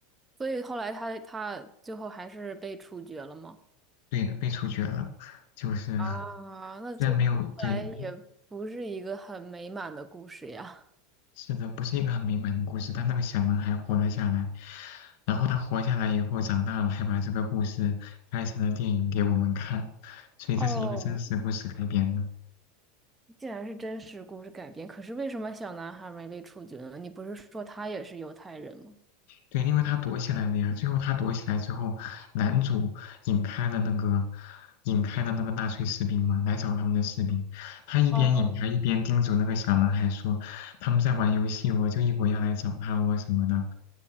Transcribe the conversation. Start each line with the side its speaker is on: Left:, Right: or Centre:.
Right: 所以后来他他最后还是被处决了吗？
Left: 对的，被处决了。就是
Right: 啊，那这看来也不是一个很美满的故事呀。
Left: 虽然没有对，没是的，不是一个很美满的故事，但那个小男孩活了下来。然后他活下来以后，长大了，还把这个故事拍成了电影给我们看，所以这是一个真实故事改编的。
Right: 哦，既然是真实故事改编，可是为什么小男孩没被处决呢？你不是说他也是犹太人吗？
Left: 对，因为他躲起来了呀。最后他躲起来之后，男主引开了那个引开了那个纳粹士兵嘛，来找他们的士兵。他一边引他一边叮嘱那个小男孩说：
Right: 哦，
Left: “他们在玩游戏哦我就一会儿要来找他我什么的，